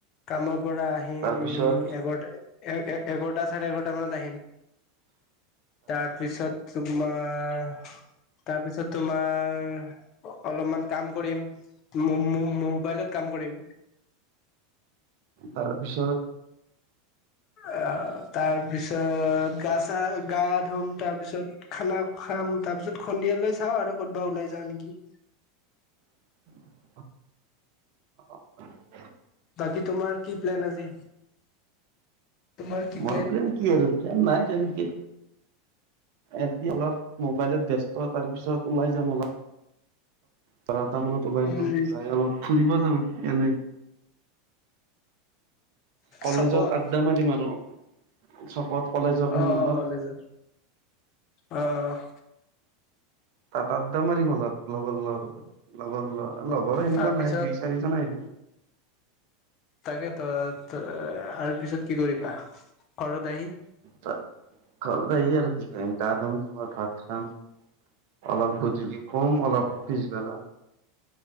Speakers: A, on the left (about 45°); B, on the right (about 60°).
A: কামত পৰা আহিম
B: তাৰপিছত
A: এঘ এঘাৰটা চাৰে এঘাৰটা মানত আহিম। তাৰপিছত তোমাৰ তাৰপিছত তোমাৰ অলপমান কাম কৰিম। মোবাইলত কাম কৰিম।
B: তাৰ পিছত
A: আহ তাৰপিছত গা চা গা ধুম। তাৰপিছত খানা খাম। তাৰ পিছত সন্দিয়ালৈ চাওঁ আৰু ক'বা ওলাই যাওঁ নেকি।
B: অ
A: বাকি তোমাৰ কি প্লেন আজি। তোমাৰ কি প্লেন
B: মোৰ প্ৰেম কি আৰু প্ৰেম নাই তেনেকে। এ অলপ মোবাইলত ব্যস্ত। তাৰ পিছত ওলাই যাম অলপ। ত <unintelligible> এটা মানত ওলাই
A: উম
B: যাওঁ। যাই অলপ ফুৰিব যাওঁ। এনে কলেজত
A: চকত
B: আড্ডা মাৰিম আৰু। চকত কলেজৰ সন্মুখত
A: অহ', - অহ ', কলেজত। অহ',
B: তাতাতো মাৰিম অলপ লগৰ লগত। <unintelligible> লগৰ লৰা লগৰ সেনেকুৱা
A: তাৰপিছত
B: নাই দুই চাৰিজন আহিব। <inaudible>
A: তাকে ত আৰু পিছত কি কৰিবা। ঘৰত আহি
B: তাত ঘৰত আহি আৰু কি কৰিম গা ধুম তোমাৰ ভাত খাম অলপ গধূলি শুম অলপ পিছবেলা